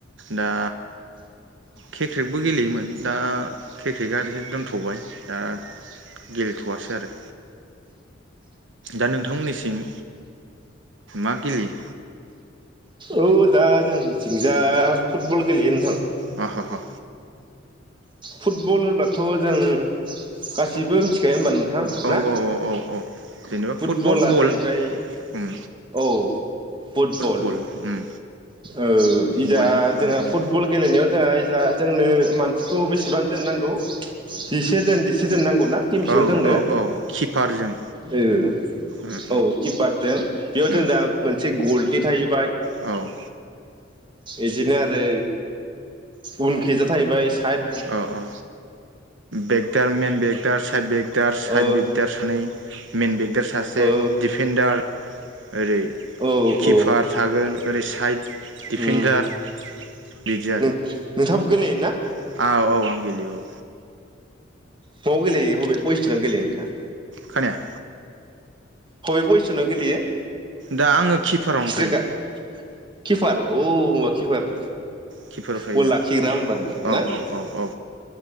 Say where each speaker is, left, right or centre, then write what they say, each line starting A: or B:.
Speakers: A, on the right; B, on the right.
A: दा किक्रेटबो गेलेयोमोन दा किक्रेटआ दोनथबाय दा गेलेथ'आसै आरो दा नोंथांमोननिथिं मा गेलेयो?
B: औ दा जोंनि थिंजा फुटबल गेलेयो नोंथां।
A: अह ह ह
B: फुटबल होनबाथ' जों गासिबो मिथिखायो होनबा नों थां
A: औ
B: ना
A: औ औ औ औ जेनेबा
B: फुटबला
A: फुटबल बल
B: जाहैबाय
A: उम
B: औ फुटबल
A: बल उम
B: ओ इदा
A: बलजों
B: जोंहा
A: उम
B: फुटबल गेलेनायाव जोंहा जा जोंनो मानसिखौ बेस सिबां जोन नांगौ जिसे जोन जिसे जोन नांगौ। ना थिमसेयाव
A: औ
B: जोंनो
A: औ औ किपारजों
B: ओ
A: उम
B: औ किपारजों बेयाव
A: उम
B: जों दा मोन से गलटि थाहैबाय
A: औ
B: इदिनो आरो उनखिजा थाहैबाय साइत
A: औ औ बेगदार मेन बेगदार साइड बेग दार साइद
B: ओ
A: बिगदार
B: ओ
A: सानै मेन बेग दार सासे
B: औ
A: दिफेनडार ओरै
B: औ
A: किपार
B: औ
A: थागोन ओरै साइड डिफेन्डार
B: उम
A: बिदि
B: नों नोंथाङाबो गेलेयो ना?
A: आरो औ आं गेलेयो औ
B: अबाव गेलेयो बबे फजिसनजों गेलेयो नोंथाङा?
A: खोनाया
B: हबे पजिसनाव गेलेयो
A: दा आङो किपारावनो
B: स्ट्राइकार
A: थायो
B: किपार औ किपार
A: किपाराव थायो
B: बल
A: आं
B: लाखिग्रा होमबा नोंथां
A: औ
B: ना?
A: औ औ औ